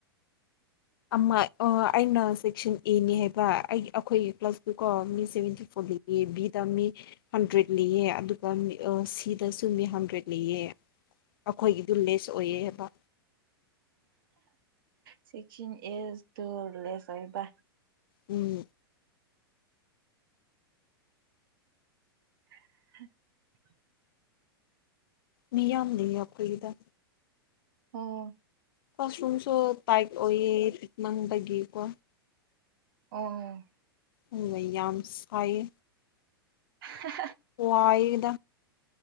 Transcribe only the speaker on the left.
ꯑꯃ ꯑꯣ ꯑꯩꯅ ꯁꯦꯛꯁꯟ ꯑꯦꯅꯤ ꯍꯥꯏꯕ ꯑꯩ ꯑꯩꯈꯣꯏ ꯄ꯭ꯂꯥꯁꯇ‌ꯣꯀꯣ ꯃꯤ ꯁꯚꯦꯟꯇꯤ ꯐꯣꯔ ꯂꯩ ꯑꯦ ꯕꯤ ꯇꯝꯃꯤ ꯍꯟꯗ꯭ꯔꯦꯗ ꯂꯩꯌ‌ꯦ ꯑꯗꯨꯒ ꯁꯤꯗꯁꯨ ꯃꯤ ꯍꯟꯗ꯭ꯔꯦꯠ ꯂꯩꯌ‌ꯦ ꯑꯩꯈꯣꯏꯒꯤꯗꯨ ꯂꯦꯁ ꯑꯣꯏꯌꯦ ꯍꯥꯏꯕ
ꯎꯝ
ꯃꯤꯌꯥꯝ ꯂ‌ꯩꯌ‌ꯦ ꯑꯩꯈꯣꯏꯒꯤꯗ
ꯀ꯭ꯂꯥꯁꯔꯨꯝꯁꯨ ꯇꯥꯏꯛ ꯑꯣꯏꯌꯦ ꯄꯤꯛꯃꯟꯕꯒꯤꯀꯣ
ꯑꯗꯨꯒ ꯌꯥꯝ ꯁꯥꯏꯌ‌ꯦ
ꯋꯥꯏꯌ‌ꯦꯗ